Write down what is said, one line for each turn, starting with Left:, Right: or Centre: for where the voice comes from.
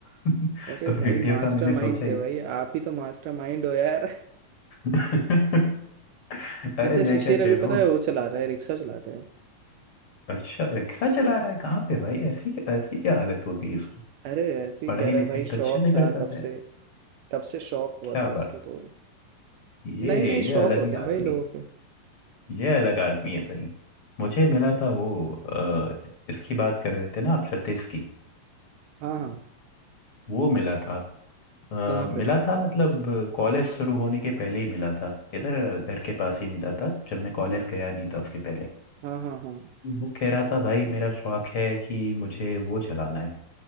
Left: <laughs>
Right: अरे
Left: तो
Right: भाई
Left: वीडियो
Right: मास्टरमाइंड
Left: का मैंने सोचा
Right: थे
Left: ही
Right: भाई आप ही तो मास्टरमाइंड हो यार
Left: <laughs>
Right: <laughs>
Left: अरे
Right: ऐसे
Left: मैं
Right: शिशिर
Left: क्या कह
Right: अभी
Left: रहा
Right: पता
Left: हूँ
Right: है वो चला रहा है रिक्शा चलाता है
Left: अच्छा रिक्शा चला रहा है कहाँ पे भाई ऐसी ऐसी क्या हालत हो गई इसकी
Right: अरे ऐसे ही
Left: पढ़ाई
Right: कह रहा
Left: लिखाई
Right: है भाई शौक
Left: तो अच्छे से
Right: था
Left: करता
Right: कब
Left: था यार
Right: से कब से शौक हुआ
Left: क्या
Right: था उसको
Left: बात
Right: तो
Left: ये
Right: नए नए
Left: ये
Right: शौक
Left: अलग
Right: होते
Left: ही
Right: हैं
Left: आदमी
Right: भाई लोगों के
Left: ये अलग आदमी है भाई मुझे मिला था वो अ, इसकी बात कर रहे थे ना आप सतीश की
Right: हाँ हाँ
Left: वो मिला था अ,
Right: कहाँ पे
Left: मिला था मतलब कॉलेज शुरू होने के पहले ही मिला था इधर घर के पास ही मिला था जब मैं कॉलेज गया नहीं था उसके पहले
Right: हाँ हाँ हाँ
Left: वो कह रहा था भाई मेरा शौक है कि मुझे वो चलाना है